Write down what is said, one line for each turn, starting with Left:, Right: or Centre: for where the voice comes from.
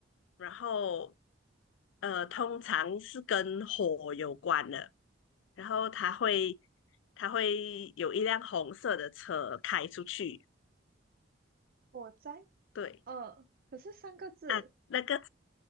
Left: 然后呃，通常是跟火有关的，然后它会它会有一辆红色的车开出去，
Right: 火灾，
Left: 对
Right: 呃，可是三个字，
Left: 啊，那个